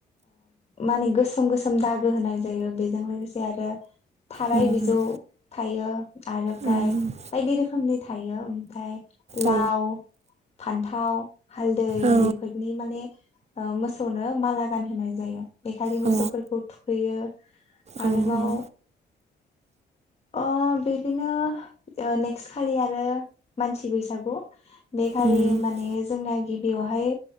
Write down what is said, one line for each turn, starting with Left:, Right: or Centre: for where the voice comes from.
Left: माने गोसोम गोसोम दागो होनाय जायो बेजों लोगोसे आरो थाराय
Right: उम
Left: बिजौ थायो आरोमफ्राय
Right: उम
Left: बायदि रोखोमनि थायो ओमफ्राय लाव
Right: औ
Left: फान्थाव हालदै
Right: औ
Left: बेफोरनि माने मोसौनो माला गानहोनाय जायो बे खालि
Right: औ
Left: मोसौफोरखौ थुखैयो आरोबाव
Right: उम उम
Left: अ बिदिनो नेक्स्ट खालि आरो मानसि बैसागु बेखालि
Right: उम
Left: माने जोंना गिबियावहाय